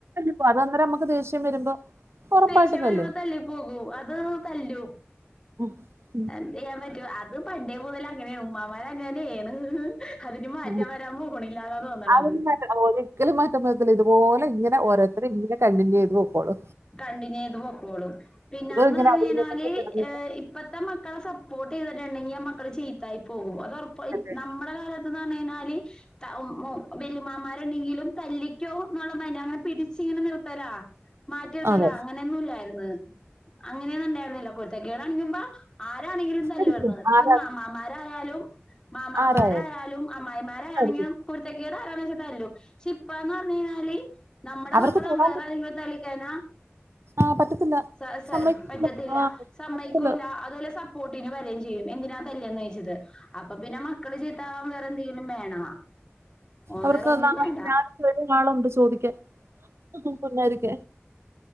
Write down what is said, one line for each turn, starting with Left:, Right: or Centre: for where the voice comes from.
Right: പ്പ അന്നേരം നമക്ക് ദേഷ്യം വരുമ്പോ ഉറപ്പായിട്ടും
Left: ദേശ്യവരിമ്പ
Right: തല്ലും
Left: തല്ലി പോകൂ അത് തല്ലു
Right: <unintelligible>
Left: എന്ത് ചെയ്യാൻ പറ്റൂ അത് പണ്ടേ മുതല അങ്ങനെയ ഉമ്മാമാർ അങ്ങനെയെയാണ് അതിന് മാറ്റം
Right: ഉം.
Left: വരാൻ പൊണില്ലാതാന്ന് തന്നാണ്
Right: അതൊന്നും
Left: അത്
Right: മാറ്റ ഒരിക്കലും മാറ്റം വരതില്ല ഇതുപോലെ ഇങ്ങനെ ഓരോരുത്തര് ഇങ്ങനെ കണ്ടിന്യൂ ചെയ്ത് പോക്കോളൂ
Left: കണ്ടിന്യൂ ചെയ്ത് പോക്കോളും പിന്നന്ന്
Right: ഇങ്ങനെ
Left: പറഞ്ഞഞ്
Right: അടിയിലൊക്കെ
Left: കഴിഞ്ഞാല്
Right: കിടന്നിട്ട്
Left: ഇപ്പത്തെ മക്കളെ സപ്പോർട്ട് ചെയ്തിട്ടുണ്ടെങ്കിൽ മക്കള് ചീത്തായി പോകും ഉ റപ്പ
Right: അല്ലേ
Left: നമ്മുടെ കാലത്ത്ന്ന് പറഞ്ഞ കഴിഞ്ഞാല് ത മോ വല്ലുമാമാരുണ്ടെങ്കിലും തല്ലിക്കോ എന്നുള്ള മന്റെ അങ്ങനെ പിടിച്ച ഇങ്ങനെ നിർത്തലാ മാറ്റടുത്തല്ല
Right: അതെ
Left: അങ്ങനെയൊന്നും ഇല്ലായിരു ന്ന് അങ്ങനെയൊന്നും ഉണ്ടായിരുന്നില്ല കുരുത്ത കേടണിക്കുമ്പോ ആരാണെങ്കിലും തല്ലു
Right: അടിക്കും
Left: വരുന്നത് അതിപ്പ
Right: ആരാ
Left: മാമാമാരായാലും മാമാമാരായാലും
Right: ആരായാലും
Left: അമ്മായിമാരായണെങ്കിലും
Right: അടിക്കും
Left: കുരു ത്തകേട് ആരണെന്ന് വെച്ച തല്ലും പക്ഷെ ഇപ്പന്ന് പറഞ്ഞഞ് കഴിഞ്ഞാല് നമ്മടെ
Right: അവർക്ക്
Left: മക്കള
Right: തൊടാൻ
Left: വേറെ ആതെങ്കിലും തള്ളിക്കനാ
Right: ആ പറ്റത്തില്ല
Left: സ സ
Right: സമ്മതിക്കത്തില്ല
Left: പറ്റത്തില്ല
Right: ആ
Left: സമ്മക്കൂല
Right: പറ്റത്തില്ല
Left: അതെല്ലാം സപ്പോർട്ടിന് വരയും ചെയ്യും എന്തിനാ തല്ന്ന് ചോദിച്ചത് അപ്പൊ പിന്നെ മക്കള് ചീത്താവാൻ വേറെ എന്തെങ്കിലും വേണ
Right: അവർക്ക്
Left: വേറെന്നും
Right: നാ
Left: വേണ്ട
Right: ഞാൻ ആളുണ്ട് ചോദിക്കാ പു ന്നരിക്ക